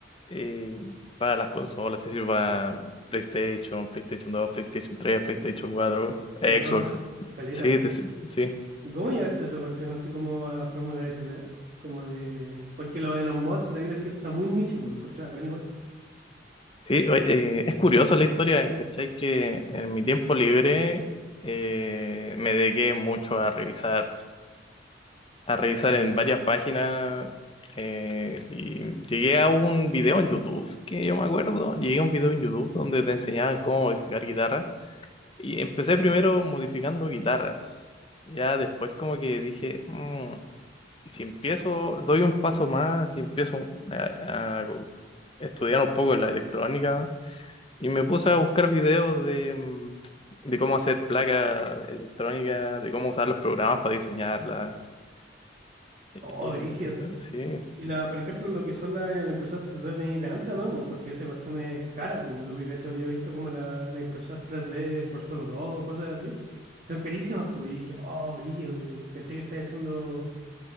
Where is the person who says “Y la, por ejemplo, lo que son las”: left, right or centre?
Right